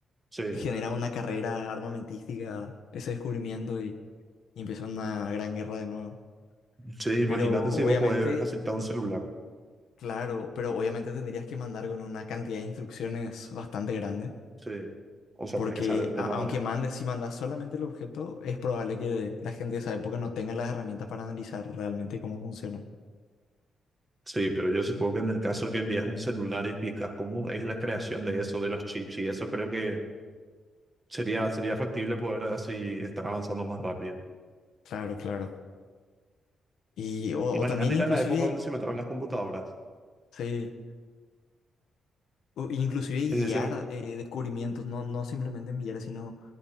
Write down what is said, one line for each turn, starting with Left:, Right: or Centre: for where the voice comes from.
Right: Sí,
Left: Genera una carrera armamentística, ese descubrimiento y, y empieza una gran guerra de nuevo.
Right: sí, imagínate
Left: Pero obviamente,
Right: si vos podés facilitar un celular.
Left: claro, pero obviamente tendrías que mandar con una cantidad de instrucciones bastante grande,
Right: Sí, o sea,
Left: porque
Right: tenés que saber el tema
Left: a- aunque
Right: también.
Left: mandes, si mandas solamente el objeto, es probable que la gente de esa época no tenga las herramientas para analizar realmente cómo funciona.
Right: Sí, pero yo supongo que en el caso que envías un celular y explicas cómo es la creación de eso, de los chips y eso, creo que sería, sería factible poder así estar avanzando más rápido.
Left: Claro, claro. Y o, o
Right: Imagínate
Left: también inclusive,
Right: ir a la época donde se metieron las computadoras.
Left: sí, o inclusive guiar
Right: Sí, decime.
Left: eh, descubrimientos, no, no simplemente enviar, sino